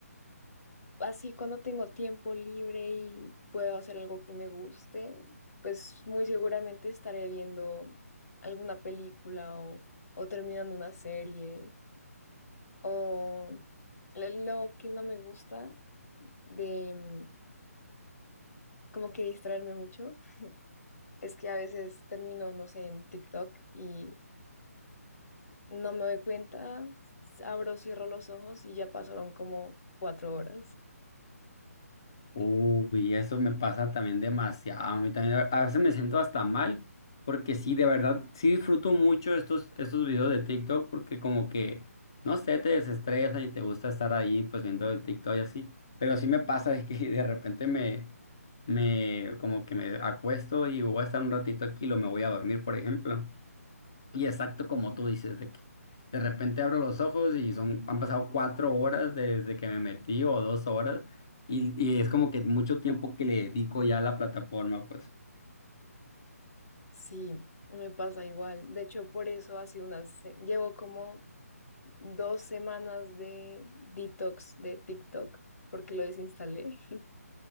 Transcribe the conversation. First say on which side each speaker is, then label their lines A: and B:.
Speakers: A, on the left; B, on the left.
A: así cuando tengo tiempo libre y puedo hacer algo que me guste, pues muy seguramente estaré viendo alguna película o, o terminando una serie. O lo lo que no me gusta de mm, como que distraerme mucho es que a veces termino, no sé, en TikTok y no me doy cuenta, s- abro, cierro los ojos y ya pasaron como cuatro horas.
B: Uy, eso me pasa también demasiado. A mí también, a veces me siento hasta mal, porque sí, de verdad, sí disfruto mucho estos, estos videos de TikTok, porque como que, no sé, te desestresa y te gusta estar ahí, pues viendo el TikTok y así. Pero sí me pasa es que de repente me, me, como que me acuesto y voy a estar un ratito aquí y lo me voy a dormir, por ejemplo. Y exacto como tú dices, de que de repente abro los ojos y son, han pasado cuatro horas desde que me metí o dos horas y, y es como que mucho tiempo que le dedico ya a la plataforma, pues.
A: Sí, me pasa igual. De hecho, por eso hace unas, se- llevo como dos semanas de detox de TikTok porque lo desinstalé. <laughs>